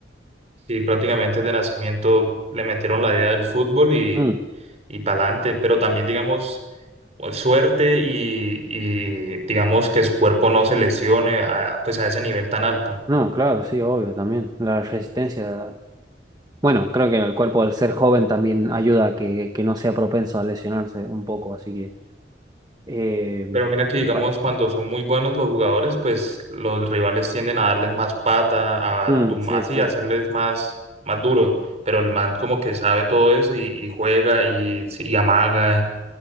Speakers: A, on the right (about 35°); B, on the right (about 20°).
A: Sí, prácticamente de nacimiento le metieron la idea del fútbol y,
B: Mm,
A: y para adelante, pero también, digamos, suerte y, y, digamos que su cuerpo no se lesione a, pues a ese nivel tan alto.
B: No, claro, sí, obvio también. La resistencia, bueno, creo que el cuerpo al ser joven también ayuda a que, que no sea propenso a lesionarse un poco, así que eh,
A: Pero mira que, digamos,
B: me parece.
A: cuando son muy buenos los jugadores, pues los rivales tienden a darles más pata,
B: Mm,
A: a tum
B: sí,
A: así,
B: sí.
A: a hacerles más, más duros. Pero el man como que sabe todo eso y, y juega y, sí, y amaga